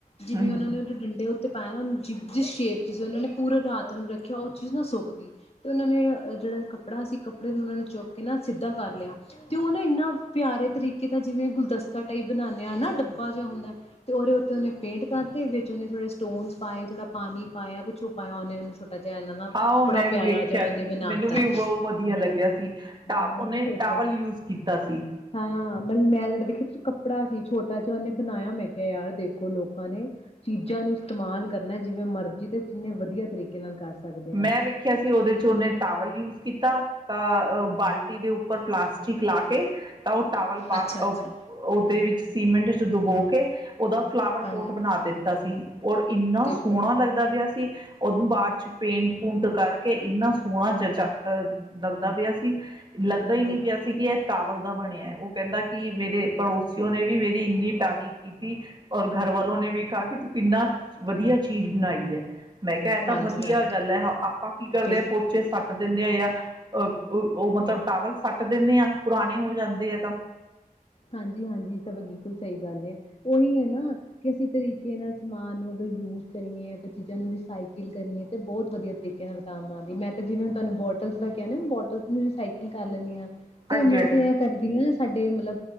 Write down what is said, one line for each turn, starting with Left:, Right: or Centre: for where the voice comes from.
Left: ਜਿਵੇਂ
Right: ਹਮ
Left: ਉਹਨਾਂ
Right: ਹਮ
Left: ਨੇ ਉਹਦੇ ਡੰਡੇ ਉੱਤ ਉੱਤੇ ਪਾਇਆ ਨਾ ਉਹਨੂੰ ਜਿਸ ਜਿਸ ਸ਼ੇਪ 'ਚ ਸੀ, ਉਹਨਾਂ ਨੇ ਪੂਰਾ ਰਾਤ ਉਹਨੂੰ ਰੱਖਿਆ ਉਹ ਚੀਜ਼ ਨਾ ਸੁੱਕ ਗਈ, ਅਤੇ ਉਹਨਾਂ ਨੇ ਜਿਹੜਾ ਕੱਪੜਾ ਸੀ ਕੱਪੜੇ ਨੂੰ ਉਹਨਾਂ ਨੇ ਚੁੱਕ ਉਹਨੂੰ ਸਿੱਧਾ ਕਰ ਲਿਆ ਤੇ ਉਹਨੇ ਇੰਨਾ ਪਿਆਰੇ ਤਰੀਕੇ ਦਾ ਜਿਵੇਂ ਗੁਲਦਸਤਾ ਟਾਈਪ ਬਣਾਨੇ ਆ ਨਾ ਡੱਬਾ ਜਿਹਾ ਹੁੰਦਾ, ਤੇ ਉਹਦੇ ਉੱਤੇ ਉਹਨੇ ਪੇਂਟ ਕਰਕੇ ਵਿੱਚ ਉਹਨੇ ਥੋੜੇ ਸਟੋਨਸ ਪਾਏ ਥੋੜਾ ਪਾਣੀ ਪਾਇਆ ਕੁਛ ਪਾਇਆ। ਜਿਹਾ ਇਹਨਾਂ ਦਾ
Right: ਹਾਂ ਉਹ
Left: ਬੜਾ
Right: ਮੈਂ ਵੀ
Left: ਪਿਆਰਾ
Right: ਵੇਖਿਆ
Left: ਜਿਹਾ ਉਹਨੇ
Right: ਸੀ
Left: ਬਣਾ
Right: ਮੈਨੂੰ
Left: ਤਾ
Right: ਵੀ ਬਹੁ
Left: ਸੀ।
Right: ਵਧੀਆ ਲੱਗਿਆ ਸੀ। ਟ
Left: ਹਾਂ, ਮੈਂ
Right: ਉਹਨੇ
Left: ਵੀ ਸੋਚਿਆ
Right: ਟਾਵਲ
Left: ਸੀ
Right: ਯੂਜ ਕੀਤਾ ਸੀ
Left: ਹਾਂ ਮਲ ਮੈਂ ਜਿਹੜਾ ਦੇਖਿਆ ਸੀ ਕੱਪੜਾ ਸੀ। ਛੋਟਾ ਜਿਹਾ ਉਹਨੇ ਬਣਾਇਆ ਮੈਂ ਕਿਹਾ ਯਾਰ ਦੇਖੋ ਲੋਕਾਂ ਨੇ ਚੀਜ਼ਾਂ ਨੂੰ ਇਸਤੇਮਾਲ ਕਰ ਮੈਂ ਜਿਵੇਂ ਮਰਜ਼ੀ ਤੇ ਜਿੰਨੇ ਵਧੀਆ ਤਰੀਕੇ ਨਾਲ ਕਰ ਸਕਦੇ ਆ।
Right: ਮੈਂ ਵੇਖਿਆ ਸੀ ਉਹਦੇ ਚ ਉਹਨੇ ਟਾਵਲ ਯੂਜ ਕੀਤਾ ਤਾਂ ਅ ਬਾਲਟੀ ਦੇ ਉੱਪ ਪਰ ਪਲਾਸਟਿਕ ਲਾ ਕੇ ਤਾਂ ਉਹ ਟਾਵਲ ਪਾ
Left: ਅੱਛਾ-ਅੱਛਾ।
Right: ਉਹਦੇ ਵਿੱਚ ਸੀਮੇਂਟ ਚ ਡੁਬੋ ਥੇ ਉਹਦਾ ਫਲਾਵਰ
Left: ਹਾਂਜੀ
Right: ਪੋਟ ਬਣਾ ਦਿੱਤਾ ਸੀ, ਔਰ ਇੰਨਾ
Left: ਦੇਖੋ
Right: ਸੋਹਣਾ ਲੱਗਦਾ ਪਿਆ ਸੀ। ਓਦੂ ਬਾਅਦ ਚ ਪੇਂਟ ਪੂਟ ਕਰਕੇ ਇੰਨਾ ਸੋਹਣਾ ਜਜ਼ਾ ਅ ਲੱਗਦਾ ਪਿਆ ਸੀ ਲੱਗਦਾ ਹੀ ਨਹੀਂ,
Left: ਦੇਖ
Right: ਪਿਆ ਸੀ, ਕਿ ਇਹ ਟਾਵਲ ਦਾ ਬਣਿਆ ਉਹ ਕਹਿੰਦਾ ਕਿ ਮੇਰੇ ਪੜੋਸੀਓ ਨੇ ਵੀ ਮੇਰੀ ਇੰਨੀ ਤਾਰੀਫ਼ ਕੀਤੀ ਔਰ ਘਰ ਵਾਲੋਂ ਨੇ ਵੀ ਕਿਹਾ ਕਿ, ਤੂੰ ਕਿੰਨਾ ਵਧੀਆ ਚੀਜ਼ ਬਣਾਈ ਹੈ। ਮੈਂ, ਕਿਹਾ ਇਹ ਤਾਂ
Left: ਹਾਂਜੀ
Right: ਵਧੀਆ
Left: ਹਾਂ
Right: ਲੈ ਆਪਾਂ ਕੀ ਕਰਦੇ,
Left: ਬਿਲ
Right: ਹਾਂ, ਪੋਚੇ ਸਟ ਦਿੰਨ ਲਿਆਏ ਆ ਉਹ ਮਤਲਬ ਟਾਵਲ ਸੱਟ ਦਿੰਨੇ ਆ, ਪੁਰਾਣੇ ਹੋ ਜਾਂਦੇ ਆ ਤਾਂ।
Left: ਹਾਂਜੀ, ਹਾਂਜੀ, ਤਾਂ ਬਿਲਕੁਲ ਸਹੀ ਗੱਲ ਹੈ, ਉਹੀ ਹੈ ਨਾ ਕਿ ਅਸੀਂ ਤਰੀਕੇ ਨਾਲ ਸਮਾਨ ਨੂੰ ਅਗਰ ਯੂਜ ਕਰੀਏ, ਅ ਚੀਜ਼ਾਂ ਨੂੰ ਰਸਾਈਕਲ ਕਰੀਏ ਤੇ ਬਹੁਤ ਵਧੀਆ ਤਰੀਕੇ ਨਾਲ ਕੰਮ ਆਉਂ ਮੈਂ ਤਾਂ ਜਿਵੇਂ ਹੁਣ ਤੁਹਾਨੂੰ ਬੋਟਲ ਦਾ ਬੋਟਲ ਨੂੰ ਵੀ ਸਾਈਕਲ ਕਰ ਲਿਂਨੀ ਆ ਤੇ,
Right: ਹਾਂਜੀ
Left: ਮੈਂ, ਤੇ, ਐ ਕਰਦੀ ਹਾਂ ਸਾਡੇ ਮਤਲਬ